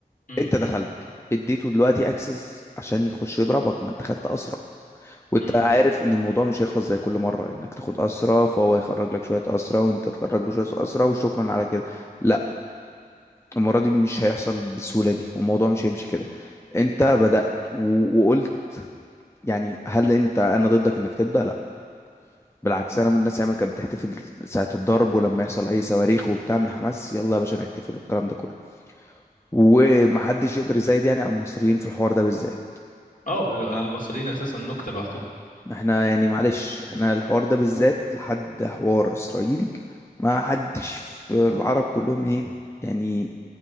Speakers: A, on the left; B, on the left.
A: م- م-
B: انت دخلت اديته دلوقتي اكسس عشان يخش يضربك ما انت خدت اسرى وانت
A: م-
B: عارف ان الموضوع مش هيخلص زي كل مره انك تاخد اسرى فهو يخرج لك شويه اسرى وانت تخرج له شويه اسرى وشكرا على كده لا المرة دي مش هيحصل بالسهولة دي والموضوع مش هيمشي كده انت بدأت و... وقلت يعني هل انت انا ضدك انك تبدأ لا بالعكس
A: م.
B: انا من الناس اللي كانت بتحتفل ساعة الضرب ولما يحصل اي صواريخ وبتاع من حماس يلا يا باشا نحتفل والكلام ده كله ومحدش يقدر يزايد يعني على المصريين في الحوار ده بالذات
A: اه
B: تمام
A: المصريين أساسا نكتة لوحدهم
B: احنا يعني معلش احنا الحوار ده بالذات لحد حوار اسرائيل ما حدش في العرب كلهم ايه يعني